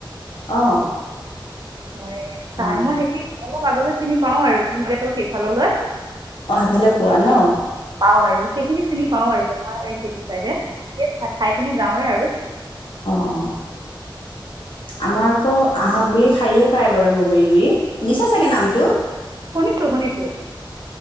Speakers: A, on the left; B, on the right.
A: অঁ।
B: মই,
A: অঁ
B: তাৰ মই সেই - সেই অলপ আগলৈ চিনি পাও আৰু টোলগেটৰ সেইফাললৈ
A: অঁ সেইফালে পোৱা ন অঁ
B: পাওঁ আৰু সেইখিনি চিনি পাও আৰু সেইটো চাইডে খাই পিনি যাওঁৱে আৰু
A: অঁ আমাৰ আকৌ আহঁত গুৰি শাৰীয়ে পায় বাৰু বগৰী গুৰি শুনিছা চাগে নামটো।
B: শুনিছো শুনিছো।